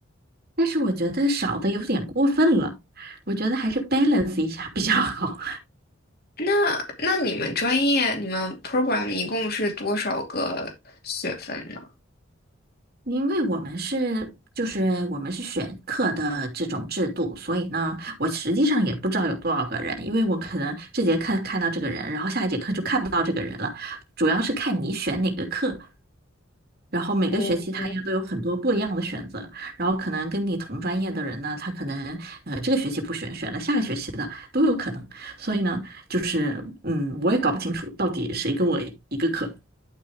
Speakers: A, on the right (about 50°); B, on the left (about 50°).
A: 但是我觉得少的有点过分了，我觉得还是 balance 一下比较好。
B: 那那你们专业，你们 program 一共是多少个学分呢？
A: 因为我们是就是我们是选课的这种制度，所以呢，我实际上也不知道有多少个人，因为我可能这节课看到这个人，然后下一节课就看不到这个人了，主要是看你选哪个课，然后每个学期他也都有很多不一样的选择，
B: 哦，
A: 然后可能跟你同专业的人呢，他可能呃这个学期不选，选了下个学期的都有可能，所以呢，就是嗯，我也搞不清楚到底谁跟我一个课。